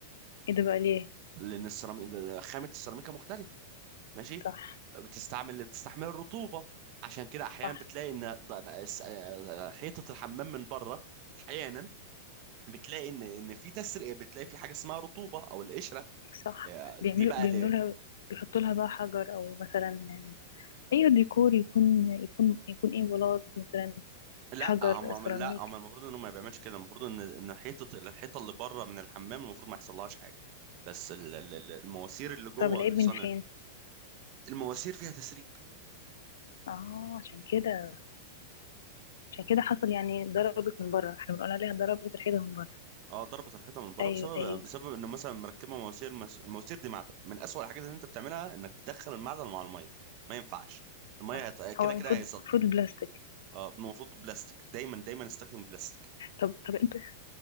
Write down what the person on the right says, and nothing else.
لان السيراميك خامه السيراميكا مختلفه ماشي
بتستعمل بتستحمل الرطوبة عشان كده احيانا
بتلاقي ان ض- س- آه، حيطة الحمام من بره احيانا بتلاقي ان ان في تسريب بتلاقي في حاجة اسمها رطوبة او القشرة
آه،
دي بقى
ليه
لا
هم
لا هم المفروض انهم ما بيعملش كده المفروض ان ان حيطة الحيطة اللي بره من الحمام المفروض ما يحصلهاش حاجة بس ال- ال- ال- المواسير اللي جوه
الصنع
المواسير فيها تسريب
اه ضربت الحيطه من بره
بسبب
بسبب انه مثلا مركبه مواسير مس- المواسير دي معدن من اسوأ الحاجات اللي انت بتعملها انك تدخل المعدن مع الميه ما ينفعش الميه
هت... كده
كده هيصد
اه المفروض بلاستيك دايما دايما استخدم بلاستيك